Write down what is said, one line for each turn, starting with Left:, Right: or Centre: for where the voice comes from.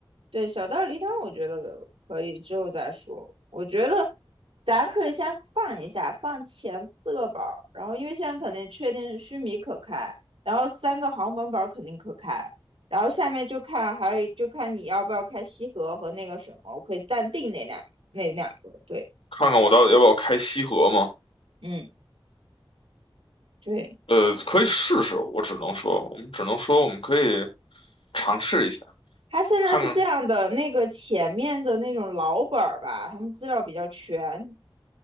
Right: 对，小道儿梨汤，我觉得可以之后再说。我觉得咱可以先放一下，放前四个宝儿，然后因为现在肯定确定须弥可开，然后三个豪门宝儿肯定可开，然后下面就看还有就看你要不要开西河和那个什么，我可以暂定那两那两个。对，
Left: 看看我到底要不要开西河嘛。
Right: 嗯，对，
Left: 呃，可以试试，我只能说，我们只能说我们可以尝试一下，
Right: 他现在是这样的，
Left: 看看，
Right: 那个前面的那种老本儿吧，他们资料比较全，